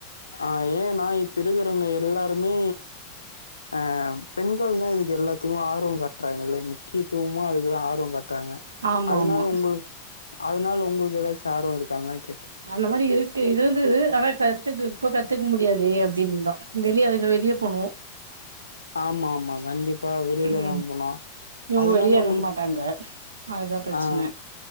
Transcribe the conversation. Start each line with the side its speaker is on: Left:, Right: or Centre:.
Left: ஆ ஏன்னா இப்பகிறவங்க எல்லாருமே ஆ பெண்கள்தா இதுக்கு எல்லாத்துக்கு ஆர்வம் காட்டுறாங்க இல்லை முக்கியத்துவமா அதுக்குதா ஆர்வம் காட்டுறாங்க
Right: ஆமா
Left: அதனால
Right: ஆமா
Left: உங்களுக்கு அதனால உங்களுக்கு ஏதாச்சும் ஆர்வம் இருக்காங்க கே
Right: அது மாதிரி இருக் கு இருந்து ஆனா கத்துக்க இப்ப கத்துக்க முடியாதே அப்படின்னுதான் வெளியே அதுக்கு வெளியே போனும்
Left: ஆமா ஆமா கண்டிப்பா வெளியிலதான்
Right: ம்
Left: போனோம்
Right: இவங்க
Left: அதனால
Right: வெளிய
Left: உங்களுக்
Right: அனுப்ப மாட்டாங்க அதுதா பிரச்சன
Left: ஆ